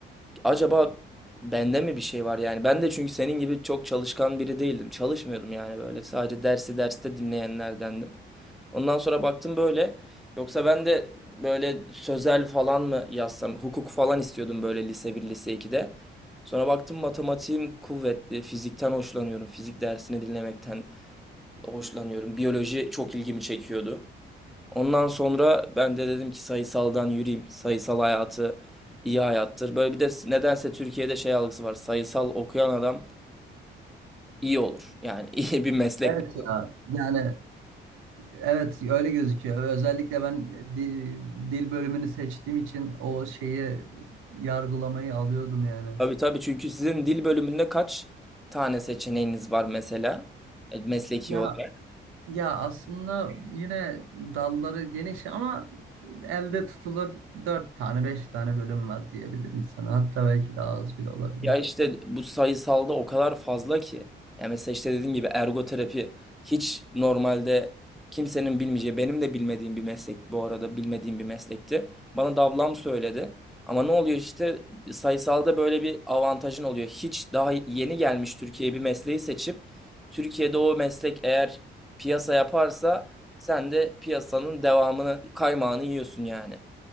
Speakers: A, in the centre; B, on the right.
A: acaba bende mi bir şey var yani? Ben de çünkü senin gibi çok çalışkan biri değildim. Çalışmıyordum yani böyle. Sadece dersi derste dinleyenlerdendim. Ondan sonra baktım böyle. Yoksa ben de böyle sözel falan mı yazsam, hukuk falan istiyordum böyle lise bir lise 2'de. Sonra baktım matematiğim kuvvetli, fizikten hoşlanıyorum, fizik dersini dinlemekten hoşlanıyorum. Biyoloji çok ilgimi çekiyordu. Ondan sonra ben de dedim ki sayısaldan yürüyeyim. Sayısal hayatı iyi hayattır. Böyle bir de nedense Türkiye'de şey algısı var. Sayısal okuyan adam iyi olur. Yani iyi bir meslek
B: Evet ya yani Evet öyle gözüküyor. Ve Özellikle ben e, di- dil bölümünü seçtiğim için o şeyi yargılamayı alıyordum yani.
A: Tabii tabii çünkü sizin dil bölümünde kaç tane seçeneğiniz var mesela E, mesleki
B: Ya
A: olarak?
B: ya aslında yine dalları geniş ama elde tutulur dört tane beş tane bölüm var diyebilirim sana. Hatta belki daha az bile olabilir.
A: Ya işte bu sayısalda o kadar fazla ki. Ya mesela işte dediğim gibi ergoterapi hiç normalde kimsenin bilmeyeceği, benim de bilmediğim bir meslek bu arada bilmediğim bir meslekti. Bana da ablam söyledi. Ama ne oluyor işte sayısalda böyle bir avantajın oluyor. Hiç daha yeni gelmiş Türkiye'ye bir mesleği seçip Türkiye'de o meslek eğer piyasa yaparsa sen de piyasanın devamını, kaymağını yiyorsun yani.